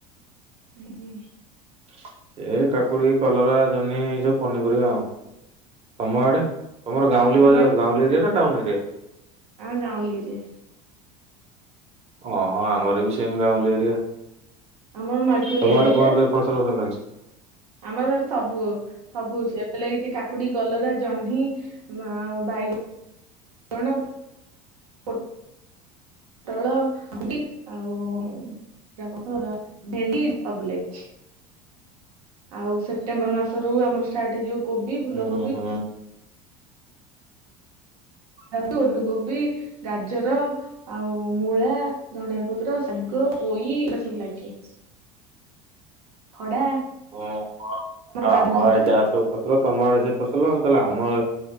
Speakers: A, on the right (about 80°); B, on the right (about 35°).
A: ଆଗିଆଁ।
B: ସେ କାକୁଡି, କଲରା, ଜହ୍ନି ଏଇ ସବ ପନିପରିବା ଆଉ ତମ ଆଡେ ତମର ଗାଉଁଲି ଭଳିଆ
A: ଆମ
B: ଗାଉଁଲି ଏରିଆ ନା ଟାଉନ ଏରିଆ?
A: ଆମର ଗାଁଉଲି ଏରିରେ।
B: ଓହୋ ଆମର ବି ସେମ ଗାଁଉଲି ଏରିଆ।
A: ଆମର ନଈକୂଳିଆ
B: ତମ ଆଡେ
A: ଏରିଆ
B: କଣ ଏବେ ଫସଲ ମସଲ ଲାଗଛି?
A: ଆମର ଘରେ ସବୁ ଓ ସବୁ ହୋଉଛି ଏ ବେ ଲାଗିଚି କାକୁଡ଼ି, କଲରା, ଜହ୍ନି ଆଉ ବାଇ-ଗଣ। ପୋଟଳ, ଭେଣ୍ଡି ଆଉ <unintelligible> ଭେଣ୍ଡି ସବୁ ଲାଗିଛି। ଆଉ ସେପ୍ଟେମ୍ବର ମାସରୁୁ ଆମର ଷ୍ଟାର୍ଟ ହେଇଯିବ କୋବି, ଫୁଲକୋବି
B: ହୁଁ ହୁଁ।
A: ହେଠୁ ଓଲୁକୋବି, ଗାଜର ଆଉ ମୂଳା, ଧଣିଆ ପତ୍ର, ଶାଗ, ପୋଇ ଏଗୁଡା ସବୁ ଲାଗେ।
B: <inaudible>
A: ଖଡା
B: ଓହୋ ତା
A: ଆମର ବାଦାମ
B: ଆମ
A: ବିଲ
B: ଆଡେ ଯାହାସବୁ ଫସଲ ତମ ଆଡେ ସେଇ ଫସଲ ତାହେଲେ ଆମ